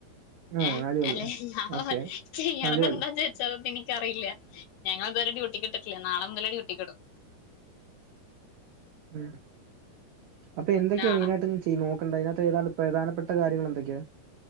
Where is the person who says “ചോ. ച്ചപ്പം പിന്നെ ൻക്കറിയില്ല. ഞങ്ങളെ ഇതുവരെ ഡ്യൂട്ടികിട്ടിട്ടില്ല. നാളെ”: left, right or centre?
Left